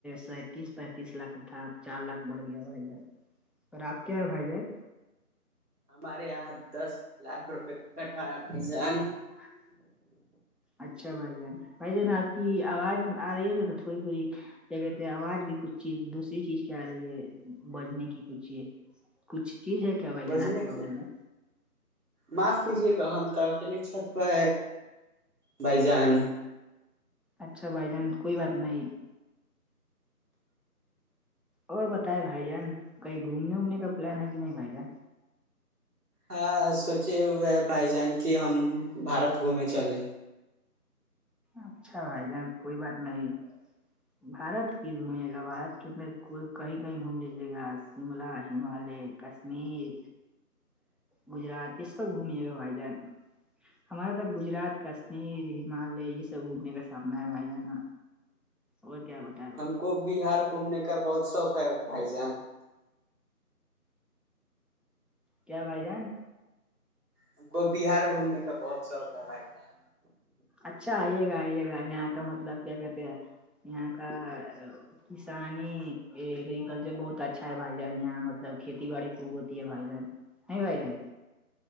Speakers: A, in the centre; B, on the right (about 75°).
A: سینتیس پینتیس لاکھ کا تھا چار لاکھ بڑھ گیا بھائی جان اور آپ کیا ہے بھائی جان
B: ہمارے یہاں دس لاکھ روپے کٹایا بھائی جان
A: ہاں اچھا بھائی جان بھائی جان آپ کی آواز آ رہی ہے نا تھوڑی تھوڑی کیا کہتے آواز بھی کچھ چیز دوسری چیز کیا آ رہی ہے بجنے کی کچھ چیز کچھ چیز ہے کیا بھائی جانا
B: بجنے
A: آپ کے
B: کی
A: بگل میں
B: معاف کیجے گا ہم تو اکیلے چھت پہ بھائی جان
A: اچھا بھائی جان کوئی بات نہیں اور بتائے بھائی جان کہیں گھومنے وومنے کا پلان ہے کہ نہیں بھائی جان
B: ہاں سوچے ہوئے ہے بھائی جان کی ہم بارت گھومے چلے
A: اچھا بھائی جان کوئی بات نہیں بارت کی گھومے گا بارت کے اندر کوئی کہیں کہیں گھوم لیجیے گا شملہ ہممالیہ کشمیر گجرات یہ سب گھمیے گا بھائی جان ہمارے تک گجرات کشمیر ہمالیہ سے گھومنے کا سپنا ہے بھائی جانا اور کیا بتا
B: ہم کو بہار گھومنے کا بہت شوق ہے بھائی جان
A: کیا بھائی جان
B: ہم کو بہار گھومنے کا بہت شوق ہے بھائی جان
A: اچھا آئیے گا آئیے گا یہاں کا مطلب کیا کہتے ہیں یہاں کا کسانی ایگررییکلچر بہت اچھا اچھا ہے بھائی جان یہاں مطلب کھیتی باڑی خوب ہوتی ہے بھائی جان ہے بھائی جان